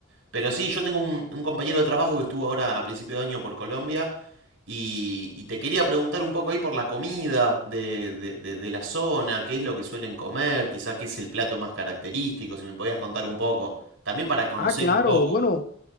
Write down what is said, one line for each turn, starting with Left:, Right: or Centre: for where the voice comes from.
Right: pero sí, yo tengo un, un compañero de trabajo que estuvo ahora a principio de año por Colombia y, y te quería preguntar un poco ahí por la comida de, de- de- de la zona, qué es lo que suelen comer, quizás qué es el plato más característico, si me podías contar un poco. También para conocer
Left: Ah, claro,
Right: un poco.
Left: bueno,